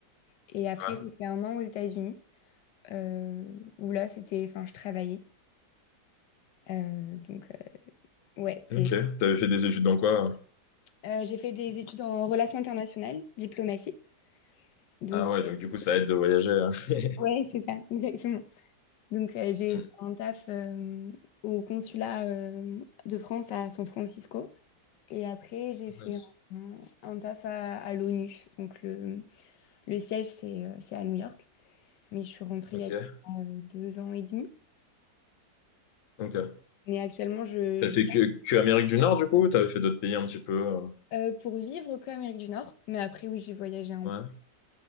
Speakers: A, on the left; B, on the left.
A: Et après
B: Ouais.
A: j'ai fait un an aux États-Unis, euh, où là c'était, enfin je travaillais, Euh, donc euh, ouais c'était.
B: Ok. T'avais fait des études dans quoi? euh
A: euh, j'ai fait des études en relations internationales, diplomatie, donc
B: Ah ouais, donc du coup, ça aide de voyager. hein. <laughs>
A: ouais c'est ça <laughs> exactement. Donc, euh, j'ai
B: Mm.
A: fait un taf euh, au consulat euh, de France à San Francisco. Et après, j'ai fait
B: Nice.
A: un, un taf à, à l'ONU. Donc, le, le siège, c'est euh, c'est à New York. Mais je suis rentrée
B: Ok.
A: il y a euh, deux ans et demi.
B: Ok.
A: Mais actuellement, je,
B: T'as
A: je-
B: fait que, que Amérique du Nord, du coup? ou T'avais fait d'autres pays un petit peu? euh,
A: euh, pour vivre comme Amérique du Nord. Mais après, oui, j'ai voyagé un
B: Ouais.
A: peu,